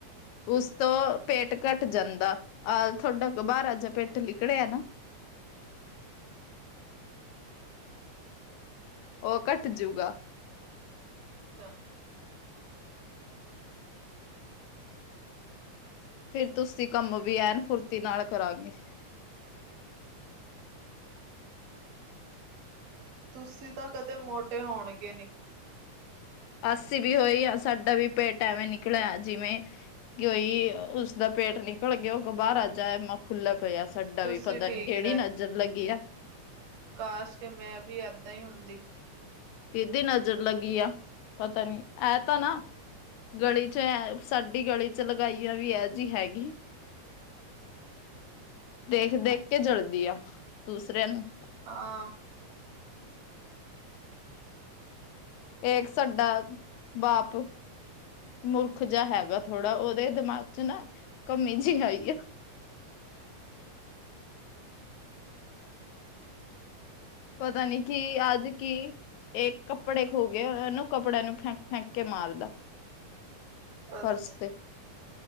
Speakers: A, on the left (about 80°); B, on the right (about 65°).
A: ਉਸ ਤੋਂ ਪੇਟ ਘੱਟ ਜਾਂਦਾ ਆ ਥੋਡਾ ਬਾਰ ਆ ਜਿਆ ਪੇਟ ਨਿਕੜਿਆ ਨਾ। ਓ ਘੱਟ ਜਊਗਾ।
B: ਅ
A: ਫਿਰ ਤੁਸੀਂ ਕੰਮ ਵੀ ਐਨ ਫੁਰਤੀ ਨਾਲ ਕਰਾਂਗੇ।
B: ਤੁਸੀਂ ਤਾਂ ਕਦੇ ਮੋਟੇ ਹੋਣਗੇ ਨੀ।
A: ਅਸੀ ਵੀ ਹੋਈ ਆ ਸਾਡਾ ਵੀ ਪੇਟ ਐਵੇਂ ਨਿਕਲ ਆਇਆ ਜਿਵੇਂ ਕੀ ਓਈ ਉਸਦਾ ਪੇਟ ਨਿਕਲ ਗਿਆ ਓ ਕੋ ਬਾਰ ਆ ਜਾਏ - ਫੁੱਲਾ ਪਿਆ ਸਾਡਾ
B: ਤੁਸੀਂ
A: ਵੀ ਪਤਾ
B: ਠੀਕ
A: ਨੀ ਕੇੜੀ ਨਜ਼ਰ ਲੱਗੀ ਆ।
B: ਖਾਸ ਕੇ ਮੈਂ ਵੀ ਏਦਾਂ ਈ ਹੁੰਦੀ।
A: ਕੀਦੀ ਨਜ਼ਰ ਲੱਗੀ ਆ ਪਤਾ ਨੀ ਐ ਤਾਂ ਨਾ ਗਲੀ 'ਚ ਐ ਸਾਡੀ ਗਲੀ 'ਚ ਲਗਾਈਆਂ ਵੀ ਐ ਜੀ ਹੈਗੀ। ਦੇਖ ਦੇਖ ਕੇ ਜਰਦੀ ਆ ਦੂਸਰਿਆਂ ਨੂੰ।
B: ਹਾਂ
A: ਏਕ ਸਾਡਾ ਬਾਪ ਮੁਰਖ ਜਿਆ ਹੈਗਾ ਥੋੜ੍ਹਾ ਓਦੇ ਦਿਮਾਗ 'ਚ ਨਾ ਕਮੀ ਜੀ ਹੈਈ ਆ। ਪਤਾ ਨੀ ਕੀ ਅੱਜ ਕੀ ਏ ਕੱਪੜੇ ਖੋ ਗਏ ਏ ਏਨੂੰ ਕੱਪੜਿਆਂ ਨੂੰ ਫੈ ਫੈਂਕੇ ਮਾਰਦਾ
B: ਬਸ
A: ਫਰਸ ਤੇ।